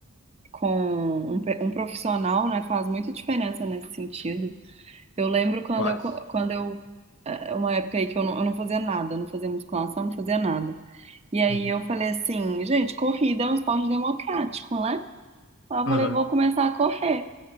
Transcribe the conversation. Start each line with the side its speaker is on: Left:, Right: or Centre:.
Right: com um, pe- um profissional, né, faz muita diferença nesse sentido. Eu lembro quando
Left: Faz.
Right: eu, co- quando eu, eh, uma época aí que eu não, eu não fazia nada, não fazia musculação, não fazia nada. E aí
Left: Uhum.
Right: eu falei assim, gente, corrida é um esporte democrático, né? Aí eu
Left: Aham,
Right: falei, vou começar a correr.